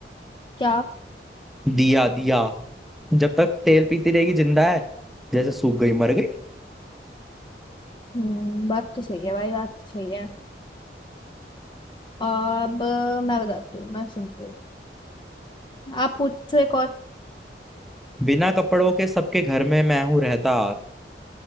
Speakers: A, on the left; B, in the centre.
A: क्या
B: दिया दिया जब तक तेल पीती रहेगी जिंदा है जैसे सूख गई मर गई
A: हम्म, बात तो सही है भाई बात तो सही है अब अ, मैं बताती हूँ मैं सुनती हूँ आप पूछो एक और
B: बिना कपड़ों के सबके घर में मैं हूं रहता